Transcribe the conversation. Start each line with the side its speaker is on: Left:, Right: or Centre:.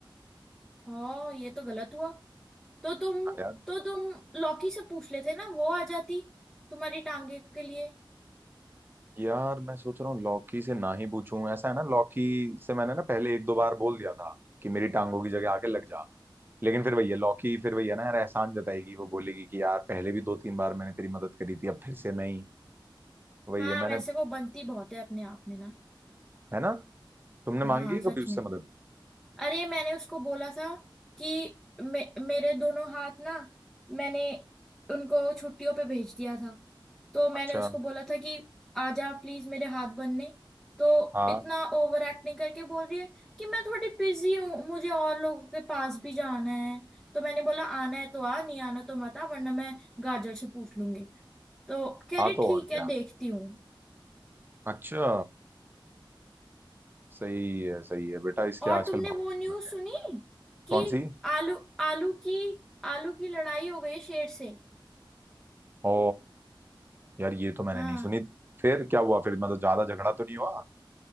Centre: हाँ ये तो गलत हुआ तो तुम
Right: हाँ यार
Centre: तो तुम लौकी से पूछ लेते ना वो आ जाती तुम्हारी टांगे के लिए
Right: यार मैं सोच रहा हूँ लौकी से ना ही पूछूं ऐसा है ना लौकी से मैंने ना पहले एक दो बार बोल दिया था कि मेरी टांगों की जगह आके लग जा लेकिन फिर भैया लौकी फिर भैया ना यार एहसान जताएगी वो बोलेगी कि यार पहले भी दो तीन बार मैंने तेरी मदद करी थी अब फिर से मैं ही वही
Centre: हाँ
Right: है मैंने
Centre: वैसे वो बनती बहुत है अपने आप में ना
Right: है ना तुमने
Centre: हाँ
Right: मांगी है
Centre: सच
Right: कभी उससे
Centre: में
Right: मदद
Centre: अरे मैंने उसको बोला था कि मे, मेरे दोनों हाथ ना मैंने उनको छुट्टियों पे भेज दिया था तो मैंने
Right: अच्छा
Centre: उसको बोला था कि आजा प्लीज मेरे हाथ बनने तो
Right: हाँ
Centre: इतना ओवर एक्टिंग करके बोल रही है कि मैं थोड़ी बिजी हूँ मुझे और लोगों के पास भी जाना है तो मैंने बोला आना है तो आ नहीं आना तो मत आ वरना मैं गाजर से पूछ लूंगी तो कह
Right: हाँ
Centre: रही
Right: तो
Centre: ठीक
Right: और क्या
Centre: है देखती हूँ
Right: अच्छा सही है सही है बेटा इसके
Centre: और
Right: आजकल
Centre: तुमने
Right: भाव
Centre: वो न्यूज़
Right: बढ़ गए
Centre: सुनी
Right: हैं।
Centre: कि
Right: कौन सी
Centre: आलू आलू की आलू की लड़ाई हो गई शेर से
Right: ओ यार ये तो मैंने
Centre: हाँ
Right: नहीं सुनी फिर क्या हुआ फिर मतलब ज्यादा झगड़ा तो नहीं हुआ